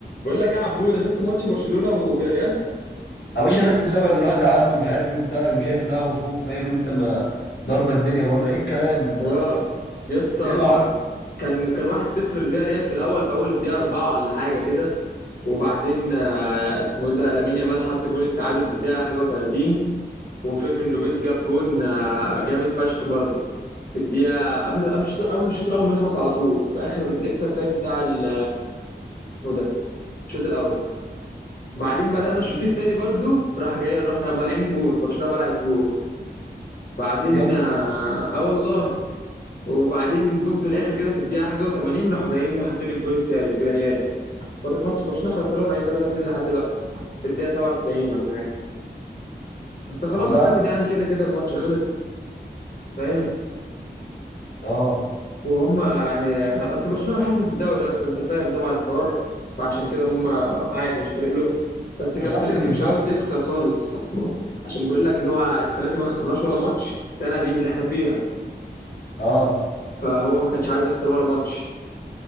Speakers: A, on the left; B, on the left.
A: بقول لك إيه يا عبوده شفت ماتش برشلونه وفياريال
B: يا باشا لسه سامع دلوقتي عنه مش عارف ايه وبتاع وشايف القهوة فوق فاهم انت ما ضربة الدنيا بره ايه الكلام
A: اه يا اسطى
B: ايه اللي حصل
A: كان كان 1-0 لفياريال في الاول في اول الدقيقه 4 ولا حاجه كده وبعدين آه، اسمه ايه ده لامين يامال حط جون التعادل في الدقيقه حاجه و30 وفيرمين لوبيز جاب جون آه، جامد فشخ برضه في الدقيقه قبل قبل الشوط قبل الشوط الاول ما يخلص على طول في اخر في الاكسترا تايم بتاع ال- اسمه إيه ده الشوط الاول بعدين بدانا
B: طب
A: الشوط
B: حلو،
A: الثاني برضه راح جاي رحنا بلعين جون برشلونه بلعت جون بعدين
B: يلا
A: اه آه والله وبعدين جم في الاخر كده في الدقيقه حاجه و80 راحوا جايين حاطين الجون الثالث فيا ريال بر- ماتش برشلونه خسران اهي 3 2 لحد دلوقتي في الدقيقه 97 ولا حاجه بس ده خلاص
B: والله
A: اعتقد
B: يا عم
A: يعني كده كده الماتش خلص فاهم
B: اه
A: وهم يعني اصل برشلونه حسمت الدوري اصلا انت فاهم طبعا الحوار فعشان كده هم عادي مش فارق لهم بس كان
B: يا صاحبي
A: فليك
B: بالظبط
A: مش عاوز يخسر خالص عشان بيقول لك ان هو السنه دي ما خسرناش ولا ماتش السنه دي اللي احنا فيها
B: اه
A: فهو ما كانش عايز يخسر ولا ماتش